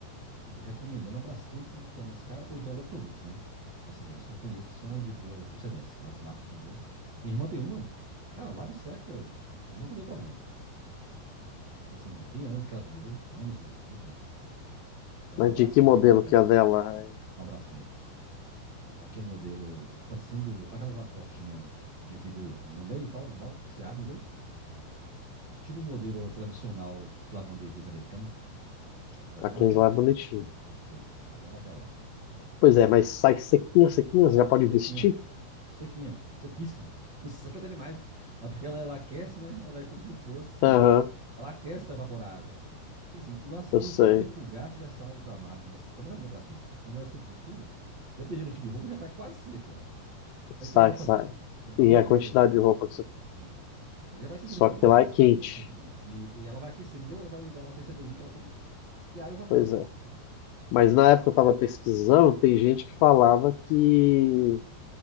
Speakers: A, on the right; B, on the left.
A: Recomendando a Brastemp, que é mais cara, ou então a Electrolux, né? Assim, as que eu conheço que são de boa procedência. As marcas são boas. Minha irmã tem uma, cara, lava e seca, nunca deu problema. E assim, tem anos que ela tem, entendeu? Anos mesmo, muito tempo. Ela
B: Mas
A: tem uma Brastemp,
B: de que modelo
A: no caso.
B: que é a dela?
A: Uma Brastemp. Aquele modelo, parecendo aquela com a portinha de vidro no meio e tal, normal, que você abre, entendeu? Tipo o modelo tradicional de lavanderias americano. Ela
B: é?
A: tem
B: A Kinsler
A: uma daquela.
B: é bonitinho.
A: Sim, ela tem uma daquela lá.
B: Pois é, mas sai sequinha, sequinha, você já pode
A: Sequinha,
B: vestir?
A: Sequinha, sequíssimo. <laughs> Seca até demais. É porque ela, ela aquece, né? Ela é como se fosse.
B: Aham,
A: Ela aquece para evaporar a água. Tipo assim, nós
B: eu
A: do
B: sei.
A: centrifugar, você já sabe com a máquina. Essa, pelo menos a minha Brastemp aqui. Quando ela centrifuga, dependendo do tipo de roupa, já sai quase seca. Aí
B: Sai,
A: o que ela vai fazer?
B: sai.
A: Ela vai
B: E
A: fazer
B: a
A: a mesma
B: quantidade
A: coisa.
B: de roupa que você tem.
A: Isso. Ela já vai centrifugar,
B: Só que lá
A: basicamente,
B: é quente.
A: ali. Isso. E ela vai aquecer, entendeu? Ela vai ligar um aquecedorzinho que ela tem e a água evapora.
B: Pois é. Mas
A: Então,
B: na
A: sim.
B: época eu estava pesquisando, tem gente que falava que